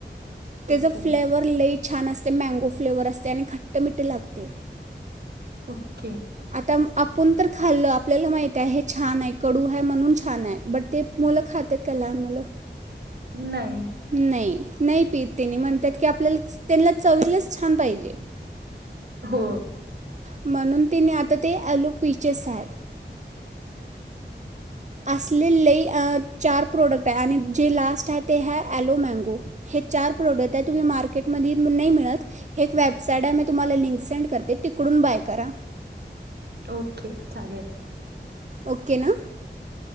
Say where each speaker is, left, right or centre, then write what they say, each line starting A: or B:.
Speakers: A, on the right; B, on the right.
A: तेचा
B: ओके
A: फ्लेवर लई छान असतय. मँगो फ्लेवर असतय आणि खट्ट मिठ्ठ लागतंय.
B: ओके.
A: आता आपुण तर खाल्लं. आपल्याला माहित आहे हे छान आहे. कडू आहे म्हणून छान आहे. बट ते मुलं खातेत का लहान मुलं.
B: नायी
A: नायी. नाही पीत त्यांनी म्हणतात की आपल्यालाच त्यांना चवीलाच छान पाहिजे.
B: हो
A: म्हणून तेनी आता ते अलोपीचेस हाय. असले लय चार प्रोडक्ट हाय आणि जे लास्ट आहे ते हाय अलोमँगो हे चार प्रोडक्ट आहे तुम्ही मार्केटमधी नाही मिळत हे एक वेबसाईट आहे मी तुम्हाला लिंक सेंड करते. तिकडून बाय करा.
B: ओके चालेल
A: ओके ना